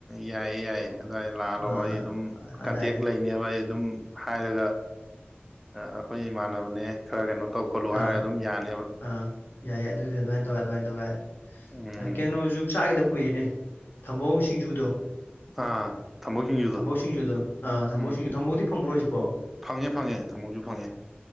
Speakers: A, in the centre; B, on the left.
A: ꯌꯥꯏꯌꯦ ꯌꯥꯏꯌꯦ ꯑꯗꯨꯋꯥꯏ ꯂꯥꯛꯑ ꯂꯧ
B: ꯑꯥ
A: ꯑꯩ ꯑꯗꯨꯝ ꯀꯟꯇꯦꯛ
B: ꯑꯗꯥꯏꯗ
A: ꯂꯩꯅꯦꯕ ꯑꯩ ꯑꯗꯨꯝ ꯍꯥꯏꯔꯒ ꯑꯩꯈꯣꯏ ꯏꯃꯥꯟꯅꯕꯅꯦ ꯈꯔ ꯀꯩꯅꯣ ꯇꯧ ꯈꯣꯠꯂꯣ ꯍꯥꯏꯔꯒ
B: ꯑꯥ
A: ꯑꯗꯨꯝ ꯌꯥꯅꯦꯕ
B: ꯑꯥ ꯌꯥꯏ ꯌꯥꯏ ꯑꯗꯨꯗꯤ ꯑꯗꯨꯃꯥꯏꯅ ꯇꯧꯔꯒ ꯑꯗꯨꯃꯥꯏꯅ ꯇꯧꯒꯦ ꯌꯥꯔꯦ
A: ꯎꯝ
B: ꯑ ꯀꯩꯅꯣꯁꯨ ꯆꯥꯈꯤꯗ ꯀꯨꯏꯅꯦ ꯊꯝꯕꯧ ꯁꯤꯡꯖꯨꯗꯣ
A: ꯑꯥ ꯊꯝꯕꯧ ꯁꯤꯡꯖꯨꯗꯣ
B: ꯊꯝꯕꯧ ꯁꯤꯡꯁꯨꯨ ꯑꯗꯨꯝ ꯑꯥ ꯊꯕꯧ
A: ꯎꯝ
B: ꯁꯤꯡꯁꯨ ꯊꯝꯕꯧꯇꯤ ꯐꯪꯕ꯭ꯔꯣ ꯍꯧꯖꯤꯛꯄꯣ
A: ꯐꯪꯉꯦ ꯐꯪꯉꯦ ꯊꯝꯃꯛꯁꯨ ꯐꯪꯉꯦ